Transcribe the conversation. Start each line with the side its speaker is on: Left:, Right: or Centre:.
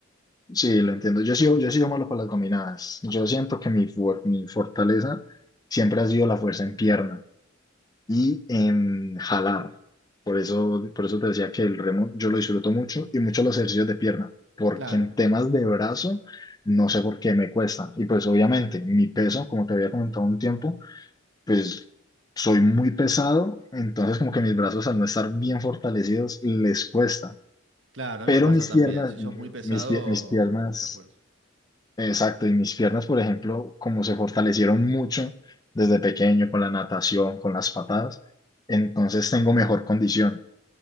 Left: sí, lo entiendo. Yo he sido, yo he sido malo para las dominadas. Yo siento que mi, fuer- mi fortaleza siempre ha sido la fuerza en pierna. y en jalar. Por eso, por eso te decía que el remo yo lo disfruto mucho y mucho los ejercicios de pierna, porque
Right: Claro,
Left: en temas de brazo no sé por qué me cuesta. Y pues obviamente mi peso, como te había comentado un tiempo, pues soy muy pesado, entonces como que mis brazos al no estar bien fortalecidos les cuesta.
Right: claro, a mí
Left: Pero
Right: me pasa
Left: mis
Right: también.
Left: piernas,
Right: Si sos muy pesado,
Left: mis, pie- mis piernas
Right: es mucha fuerza.
Left: Exacto, y mis piernas, por ejemplo, como se fortalecieron mucho desde pequeño con la natación, con las patadas, entonces tengo mejor condición,